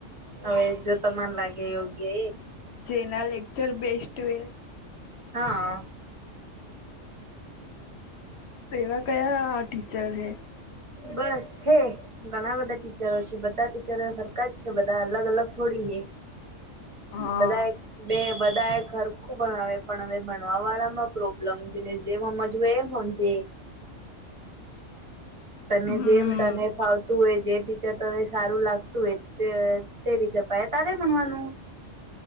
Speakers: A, on the right; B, on the left.
A: હવે જો તમાને લાગે યોગ્ય એ
B: જેના લેક્ચર બેસ્ટ હો
A: હા
B: તો એવા કયા ટીચર હૈ
A: બસ હે ઘણા બધા ટીચરો છે બધા ટીચરો હરકા જ છે બધા અલગ અલગ થોડી એ
B: હા
A: બદા એક બે બધા એ ખરખું ભણાવ પણ હવે ભણવા વાળામાં પ્રોબ્લેમ છે ને જે હજું એ હજ તને
B: હમ
A: જેમ તને ફાવતું હોય જે જ તને સારું લાગતું હોય તેરી ચપયા તારે ભણવાનું